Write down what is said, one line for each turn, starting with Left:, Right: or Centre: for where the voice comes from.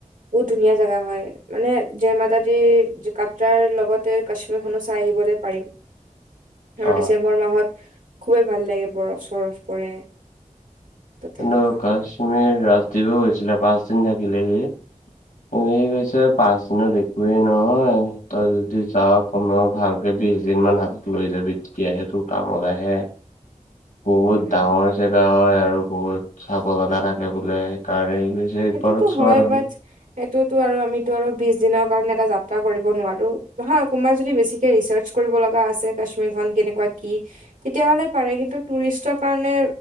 Right: বহুত ধুনীয়া জেগা হয়। মানে জয়মাতাদি কাট্ৰাৰ লগতে কাশ্মীৰখনো চাই আহিবলৈ পাৰিম। <inaudible> আৰু
Left: অ
Right: ডিচেম্বৰ মাহত খুবেই ভাল লাগে বৰফ চৰফ পৰে। ত' তেনেকুৱা।
Left: কিন্তু কাশ্মীৰ ৰাজদ্বীপো গৈছিলে পাঁচ দিন থাকিলেহি সি কৈছে পাঁচ দিনত একোৱেই নহয় তই যদি যাও সময় ভালকে বিশ দিন মান হাতত লৈ যাবি তেতিয়াহে তোৰ কামত আহে। বহুত
Right: উম, উম।
Left: ডাঙৰ জেগা হয় আৰু বহুত চাব লগা থাকে বোলে সেইকাৰণে সি কৈছে যে
Right: সেইটোতো
Left: পাৰত চোৱাৰ
Right: হয়
Left: নহল
Right: বাট সেইটোতো আৰু আমিতো আৰু বিশ দিনৰ কাৰণে এটা যাত্ৰা কৰিব নোৱাৰো নহ কোনোবা যদি বেছিকে ৰিচাৰ্চ কৰিব লগা আছে কাশ্মীৰ খন কেনেকুৱা কি তেতিয়াহ'লে পাৰে কিন্তু টুৰিষ্টৰ কাৰণে